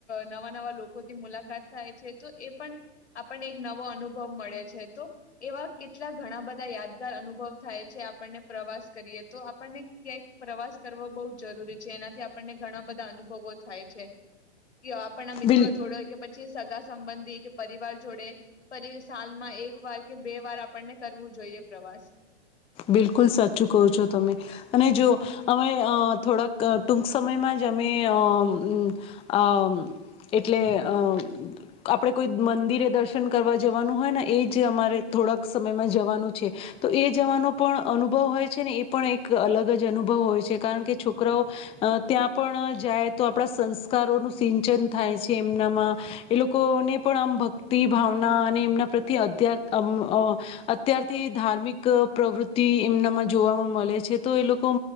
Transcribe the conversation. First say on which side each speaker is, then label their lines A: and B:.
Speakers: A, on the left (about 80°); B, on the left (about 15°).
A: નવા નવા લોકોથી મુલાકાત થાય છે તો એ પણ, આપણને એક નવો અનુભવ મળે છે, તો એવા કેટલા ઘણા બધા યાદ અનુભવ થાય છે આપણને પ્રવાસ કરીએ તો આપણને ક્યાંક પ્રવાસ કરવો બહુ જરૂરી છે એનાથી આપણને ઘણા બધા અનુભવો થાય છે. કી આપણના મિત્રો
B: બિલ
A: જોડો કે પછી સગા સંબંધી કે પરિવાર જોડે ફરી સાલમાં એક વાર કે બે વાર આપણને કરવું જોઈએ પ્રવાસ.
B: બિલકુલ સાચું કહો છો તમે. અને જો અમે અહ થોડાક ટૂંક સમયમાં જ અમે અહ અમ્મ આ એટલે અહ આપણે કોઈ મંદિરે દર્શન કરવા જવાનું હોય ને એ જ અમારે થોડાક સમયમાં જવાનું છે, તો એ જવાનું અનુભવ હોય છે ને એ પણ એક અલગ જ અનુભવ હોય છે કારણ કે છોકરાઓ, અહ ત્યાં પણ જાય તો આપણા સંસ્કારોનું સિંચન થાય છે એમનામાં, એ લોકોને પણ આમ ભક્તિ ભાવના અને એમના પ્રત્યે અધ્યાર અમ્મ અહ અત્યારથી ધાર્મિક પ્રવૃ તિ એમનામાં જોવામાં મલે છે તો એ લોકો,